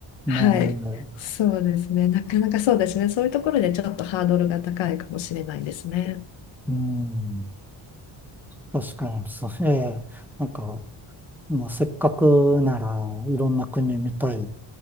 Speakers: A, in the centre; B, on the left.
A: ね
B: はい。そうですね。なかなかそうですね。そういうところでちょっとハードルが高いかもしれないですね。
A: え、うん、確かに、そう、ええなんか、まあ、せっかくならいろんな国見たい、